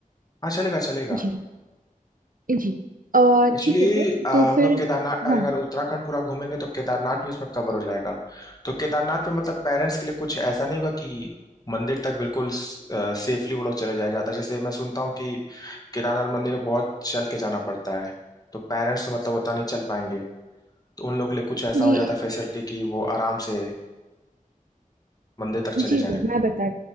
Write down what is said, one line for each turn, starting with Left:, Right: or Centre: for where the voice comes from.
Left: हाँ चलेगा चलेगा
Right: जी जी अ,
Left: एक्चुअली
Right: ठीक है सर
Left: हम
Right: तो फिर
Left: लोग केदारनाथ अगर
Right: हाँ
Left: उत्तराखंड पूरा घूमेंगे तो केदारनाथ भी इसमें कवर हो जाएगा तो केदारनाथ में मतलब पेरेंट्स के लिए कुछ ऐसा नहीं होगा कि मंदिर तक बिल्कुल सेफली वो लोग चले जाया जाता है जैसे मैं सुनता हूँ कि केदारनाथ मंदिर में बहुत चल के जाना पड़ता है तो पेरेंट्स तो मतलब उतना नहीं चल पाएंगे तो उन लोग के लिए कुछ ऐसा
Right: जी,
Left: हो जाता है फैसिलिटी कि वो आराम से मंदिर तक चले
Right: जी सर
Left: जाएं
Right: मैं बता